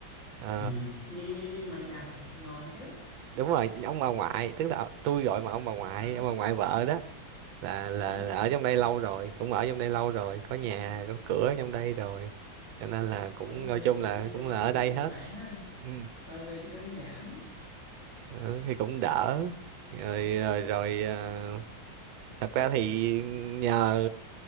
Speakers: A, on the right; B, on the left.
A: Ờ,
B: ừ nhưng nhưng nhưng mà nhà phải ở Sài Gòn chứ
A: đúng rồi ông bà ngoại tức là tôi gọi mà ông bà ngoại
B: ờ
A: ông bà ngoại vợ đó là là
B: ừ
A: là ở trong đây lâu rồi cũng ở trong đây lâu rồi có nhà có cửa ở trong đây rồi cho nên là cũng
B: ờ về
A: nói chung là cũng
B: về
A: là
B: về
A: ở đây
B: thì
A: hết
B: khỏe ha
A: ừ.
B: ờ, về thì đơn giản
A: Ờ, thì cũng đỡ rồi rồi, rồi ờ, thật ra thì nhờ